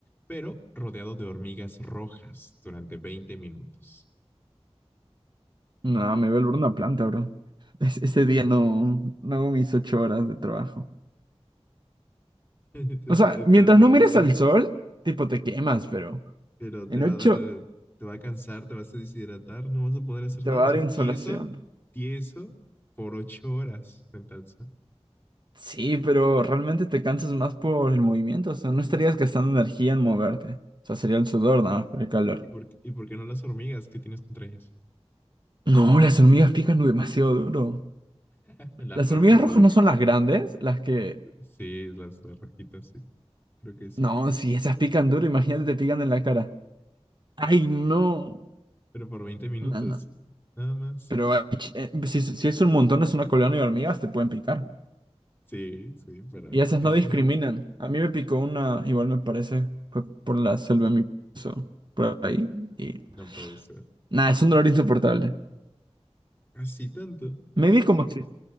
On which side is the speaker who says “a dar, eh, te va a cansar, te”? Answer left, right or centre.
Left